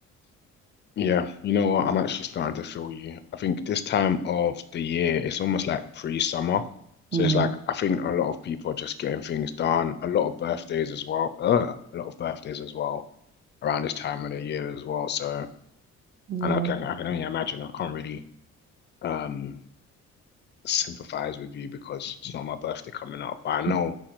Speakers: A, on the left (about 35°); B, on the right (about 30°).
A: Yeah, you know what? I'm actually starting to feel you. I think this time of the year, it's almost like pre-summer. So
B: Mm,
A: it's like I think a lot of people are just getting things done. A lot of birthdays as well. Uh, a lot of birthdays as well around this time of the year as well. So
B: yeah.
A: and I can I can only imagine. I can't really um sympathize with you because it's not my birthday coming up. But I know
B: <laughs>